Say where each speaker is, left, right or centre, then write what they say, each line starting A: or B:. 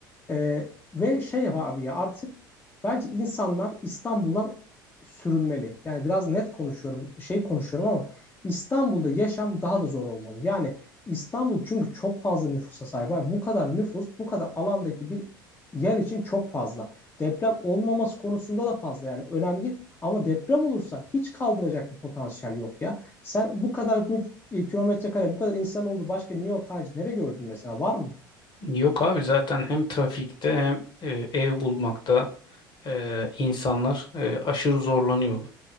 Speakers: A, on the left; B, on the left.
A: Ee, ve şey yap abi ya artık bence insanlar İstanbul'dan sürülmeli. Yani biraz net konuşuyorum, şey konuşuyorum ama İstanbul'da yaşam daha da zor olmalı. Yani İstanbul çünkü çok fazla nüfusa sahip. Abi bu kadar nüfus, bu kadar alandaki bir yer için çok fazla. Deprem olmaması konusunda da fazla yani önemli değil. Ama deprem olursa hiç kaldıracak bir potansiyel yok ya. Sen bu kadar kilometre kare, bu kadar insan oldu. Başka New York harici nereye gördün mesela? Var mı?
B: Yok abi zaten hem trafikte hem eee, ev bulmakta e, insanlar e, aşırı zorlanıyorlar.